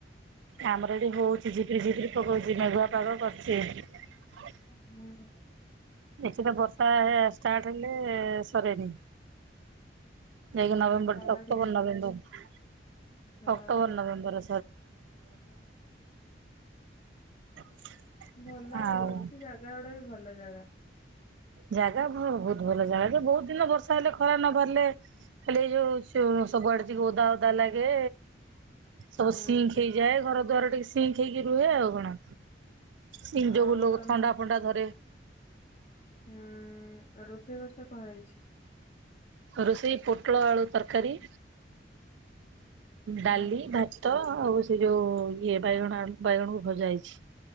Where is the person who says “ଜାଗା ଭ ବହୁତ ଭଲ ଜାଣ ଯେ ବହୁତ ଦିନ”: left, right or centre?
Right